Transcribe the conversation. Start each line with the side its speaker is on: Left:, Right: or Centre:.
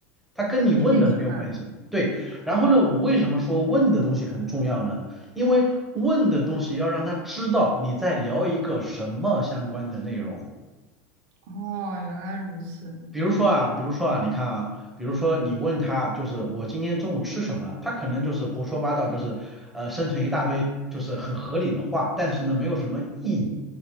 Centre: 它跟你问的没有关系。
Right: 一定吃饭。
Centre: 对，然后呢，
Right: 哦
Centre: 我为什么说问的东西很重要呢？因为问的东西要让他知道你在聊一个什么相关的内容。
Right: 哦，原来如此，
Centre: 比如说啊，比如说啊，你看啊，比如说你问他，就是我今天中午吃什么，他可能就是胡说八道，就是呃生成一大堆就是很合理的话，但是呢没有什么意义。